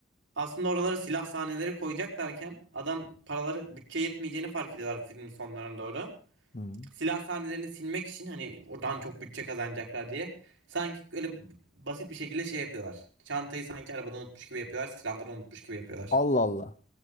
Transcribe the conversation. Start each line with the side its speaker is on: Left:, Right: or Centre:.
Right: Aslında oralara silah sahneleri koyacaklarken adam paraları bütçe yetmeyeceğini fark ediyorlar filmin sonlarına doğru.
Left: hı.
Right: Silah sahnelerini silmek için hani oradan çok bütçe kazanacaklar diye. Sanki öyle basit bir şekilde şey yapıyorlar. Çantayı sanki arabada unutmuş gibi yapıyorlar. Silahları unutmuş gibi yapıyorlar.
Left: Allah Allah.